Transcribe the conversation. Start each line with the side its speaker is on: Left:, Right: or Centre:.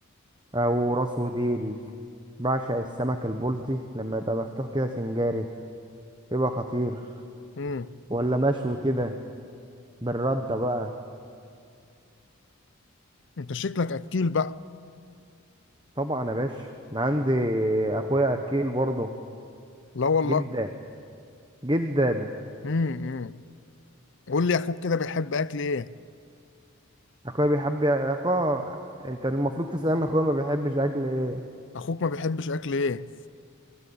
Right: او راس وديل بعشق السمك البلطي لما يبقى مفتوح كده سنجاري يبقى خطير
Left: مم.
Right: ولا مشوي كده بالردة بقى
Left: انت شكلك اكيل بقى
Right: طبعا يا باشا انا عندي اخويا اكيل برضه
Left: لا والله
Right: جدا جدا
Left: مم. مم. قول لي اخوك كده بيحب اكل ايه
Right: اخويا بيحب اخويا انت المفروض تسألني اخويا ما بيحبش اكل ايه
Left: اخوك ما بيحبش اكل ايه